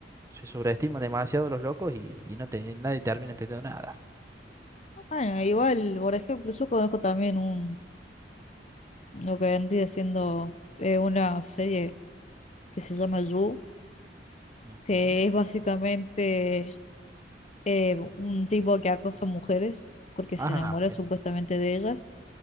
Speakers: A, on the right; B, on the left.
A: se sobreestiman demasiado los locos y, y no te- nadie termina entendiendo nada.
B: Bueno, igual, por ejemplo, yo conozco también un lo que vendría siendo eh, una serie que se llama You,
A: Ujú.
B: que es básicamente eh, un tipo que acosa mujeres porque
A: Ajá,
B: se enamora
A: bien.
B: supuestamente de ellas